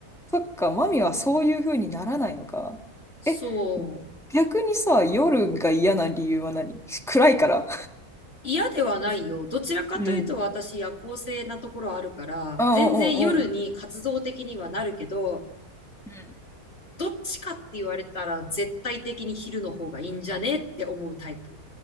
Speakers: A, in the centre; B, on the left (about 40°).
A: そっか、マミはそういう風にならないのか。
B: そう。
A: え、逆にさ、夜が嫌な理由は何暗いから
B: 嫌ではないよ。どちらかというと私夜行性なところあるから、
A: うん。うんうんうんうん。
B: 全然夜に活動的にはなるけど、
A: うん
B: どっちかって言われたら絶対的に昼の方がいいんじゃねって思うタイプ。